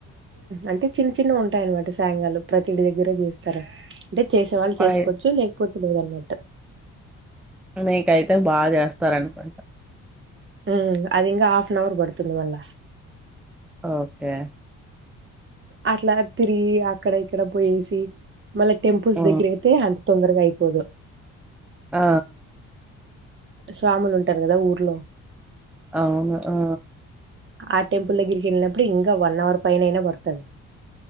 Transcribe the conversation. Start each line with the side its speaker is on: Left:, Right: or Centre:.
Right: అంటే చిన్న చిన్న ఉంటాయినమాట సాఘాలు ప్రతింటి దగ్గరే చేస్తారు అంటే చేసే వాళ్ళు చేసుకోవచ్చు
Centre: అయి
Right: లే పొతుదల నట్టు
Centre: నీకైతే బాగా చేస్తారనుకుంటా
Right: ఉమ్, అది ఇంకా హఫ్ అన్ అవర్ పడుతుంది మళ్ళా
Centre: ఓకే
Right: అట్లా తిరిగి అక్కడ ఇక్కడ పోయేసి మళ్ళ టెంపుల్స్గర
Centre: ఆ!
Right: అతేంతొందరగాయి పోద
Centre: ఆ
Right: స్వాములు ఉంటారు కదా ఊర్లో
Centre: అవును ఆ
Right: ఆ టెంపుల్ దగ్గరికి వెళ్ళినప్పుడు ఇంకా వన్ అవర్ పైన అయినా పడుతుది